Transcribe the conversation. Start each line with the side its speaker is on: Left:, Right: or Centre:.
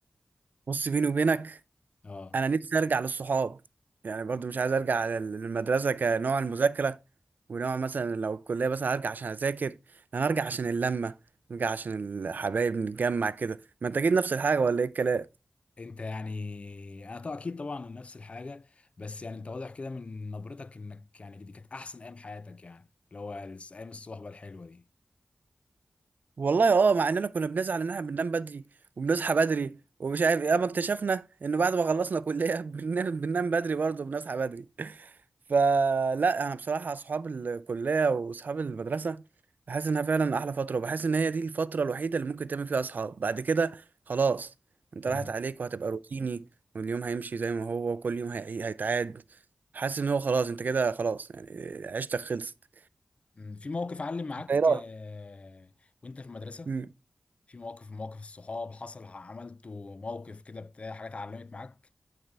Right: بص بيني وبينك
Left: اه
Right: انا نفسي ارجع للصحاب يعني برضو مش عايز ارجع لل- للمدرسه كنوع المذاكره ونوع مثلا لو الكليه بس هرجع عشان اذاكر انا هرجع عشان اللمه نرجع عشان الحبايب نتجمع كده ما انت اكيد نفس الحاجه ولا ايه الكلام
Left: انت يعني انا طبعا اكيد طبعا نفس الحاجة بس يعني انت واضح كده من نبرتك انك يعني دي كانت احسن ايام حياتك يعني اللي هو ايام الصحبة الحلوة
Right: والله اه مع اننا كنا بنزعل ان احنا بننام بدري وبنصحى بدري ومش عارف ايه اما اكتشفنا ان بعد ما خلصنا كليه <laughs> بننام بننام بدري برضه وبنصحى بدري فلا انا بصراحه اصحاب الكليه واصحاب المدرسه بحس انها فعلا احلى فتره وبحس ان هي دي الفتره الوحيده اللي ممكن تعمل فيها اصحاب بعد كده خلاص انت
Left: دي
Right: راحت عليك وهتبقى روتيني واليوم هيمشي زي ما هو وكل يوم هي... هيتعاد حاسس ان هو خلاص انت كده خلاص يعني عشتك خلصت
Left: مم. في موقف علم معاك
Right: ايه رأيك؟
Left: آه، وانت في المدرسة
Right: مم.
Left: في مواقف مواقف الصحاب حصل عملته موقف كده بتاع حاجات علمت معاك